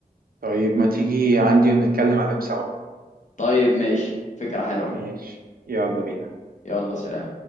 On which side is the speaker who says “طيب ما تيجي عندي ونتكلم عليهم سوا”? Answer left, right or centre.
Right